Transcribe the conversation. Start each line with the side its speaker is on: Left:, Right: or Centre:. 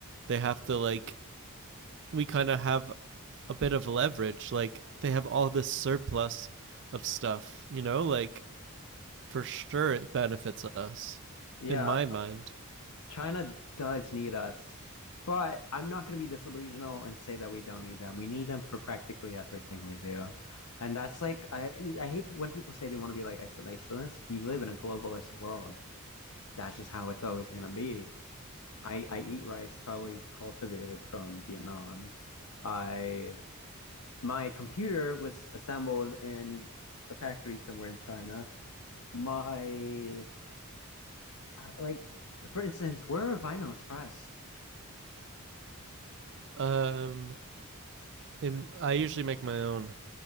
Right: they have to like we kind of have a bit of leverage. Like they have all this surplus of stuff, you know, like for sure it benefits us
Left: Yeah.
Right: in my mind.
Left: China does need us, but I'm not going to be disillusional and say that we don't need them. We need them for practically everything we do. And that's like, I, I hate when people say they want to be like isolationist. You live in a globalist world. That's just how it's always going to be. I, I eat rice probably cultivated from Vietnam. I my computer was assembled in a factory somewhere in China. My like for instance, where are vinyls pressed?
Right: Um in I usually make my own.